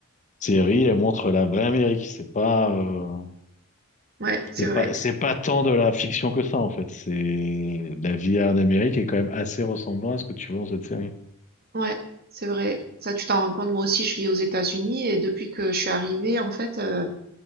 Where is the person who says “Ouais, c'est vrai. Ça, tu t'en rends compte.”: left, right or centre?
Right